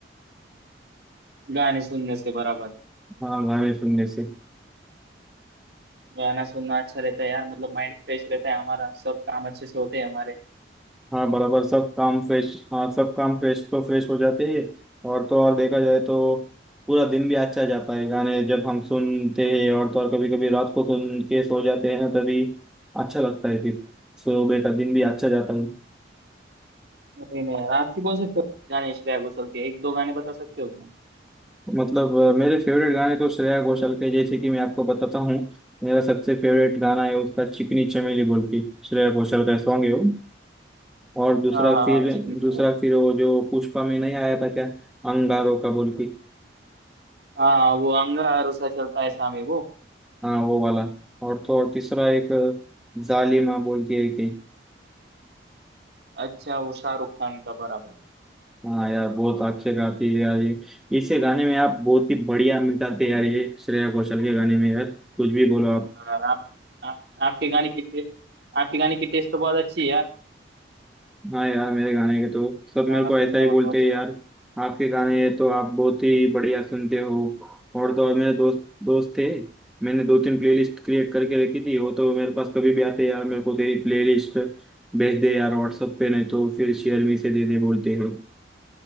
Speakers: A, on the right; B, in the centre.
A: गाने सुनने से बराबर
B: हाँ गाने सुनने से
A: गाना सुनना अच्छा रहता है यार मतलब माइंड फ्रेश रहता है हमारा सब काम अच्छे से होते हैं हमारे
B: हाँ बराबर सब काम फ्रेश हाँ सब काम फ्रेश तो फ्रेश हो जाते हैं और तो और देखा जाए तो पूरा दिन भी अच्छा जाता है गाने जब हम सुनते हैं और तो और कभी कभी रात को सुन के सो जाते हैं ना तभी अच्छा लगता है फिर सुबह का दिन भी अच्छा जाता है
A: नहीं नहीं यार आपकी कौन से favorite गाने हैं श्रेया घोषाल के एक दो गाने बता सकते हो क्या
B: मतलब अ, मेरे फेवरेट गाने तो श्रेया घोषाल के जैसे कि मैं आपको बताता हूँ मेरा सबसे फेवरेट गाना है उसका चिकनी चमेली बोल के श्रेया घोषाल का सॉन्ग है वो और दूसरा
A: हाँ हाँ
B: फिर
A: हाँ चिकनी चैनल
B: दूसरा फिर वो जो पुष्पा में नहीं आया था क्या अंगारों का बोल के
A: हाँ वो अंगा अरसा चलता है सामे वो
B: हाँ वो वाला और तो और तीसरा एक जालिमा बोल के एक है।
A: अच्छा वो शाहरुख खान का बराबर
B: हाँ यार बहुत अच्छे गाती है यार ये इसके गाने में आप बहुत ही बढ़िया मिटाते हैं यार ये श्रेया घोषाल के गाने में यार कुछ भी बोलो आप
A: यार आप, आप आपके गाने की टेस्ट आपके गाने की टेस्ट तो बहुत अच्छी है यार
B: हाँ यार मेरे गाने के तो सब
A: गाना
B: मेरे को
A: सुनना
B: ऐसा ही बोलते
A: मतलब अच्छा
B: हैं यार
A: है
B: आपके गाने ये तो आप बहुत ही बढ़िया सुनते हो और तो और मेरे दोस्त दोस्त थे मैंने दो तीन प्लेलिस्ट क्रिएट करके रखी थी वो तो मेरे पास कभी भी आते हैं यार मेरे को तेरी प्लेलिस्ट भेज दे यार व्हाट्सएप पे नहीं तो फिर शेयर मी से दे दे बोलते हैं